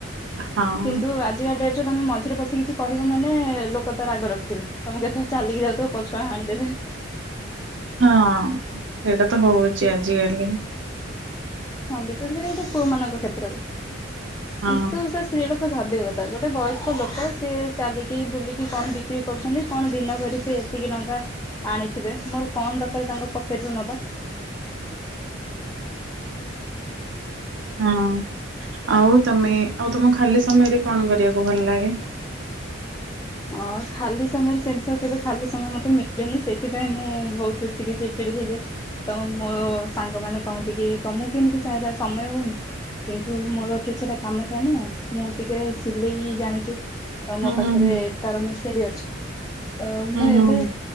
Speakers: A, on the right; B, on the left.
A: ହଁ।
B: କିନ୍ତୁ ଆଜିକା ଡେଟ୍ ରେ ତମେ ମଜ ରେ ପଶି କିଛି କହିବ ମାନେ କ ତା ରାଗ ରଖଥିବେ ତମେ କେତେଳେ ଚାଲିକି ଯାଉଛ ପଛୁଆ ଆନି ଦେବେ
A: ହଁ। ହଁ ଅଁ । ସେଇଟା ତ ହଉଚି ଆଜିଆଲି ।
B: ହଁ ବିଶେଷ କରି ଏଇଟା ପୁଅ ମାନଙ୍କ କ୍ଷେତ୍ରରେ।
A: ହଁ।
B: ତୁ ସେ ସିଲୁ ଭାବିବା କଥା ଗୋଟେ ବୟସ୍କ ଲୋକ ସିଏ ଚାଲିକି ବୁଲିକି କଣ ବିକ୍ରି କରୁଛନ୍ତି କଣ ଦିନ ଭରି ସେି ଏତିକି ନଙ୍କା ଆଣିଥିବେ ମୋର କଣ ଦରକାର ତାଙ୍କ ପକେଟ ରୁ ନବା।
A: ହଁ ଆଉ ତମେ ଆଉ ତୁମକୁ ଖାଲି। ସମୟରେ କଣ କରିବାକୁ ଭଲ ଲାଗେ।
B: ହଁ ଖାଲି ସମୟରେ ସେମ୍ ତ କେବେ ଖାଲି ସମୟ ମତେ ମିଳେନି ସେଥିପାଇଁ ମୁଁ ବହୁତ ଟିକେ ଚିଚିଡି ହେଇଯେ ତ ମୋ ସାଙ୍ଗ ମାନ କହନ୍ତି କି ତମକୁ କେମିତି ସାରେ ସମୟ ହଉନି କିନ୍ତୁ ମୋର କିଛିଟା କାମ ଥାଏ ନା ମୁଁ ଟିକେ ସିଲେଇ ଜାଣିଚି। ତ ମୋ
A: ହୁଁ
B: ପାଖରେ।
A: ହୁଁ ହୁଁ
B: ତାର ମିଶି ବି ଅଛି। ଅ ମୁଁ ଏବେ
A: ହୁଁ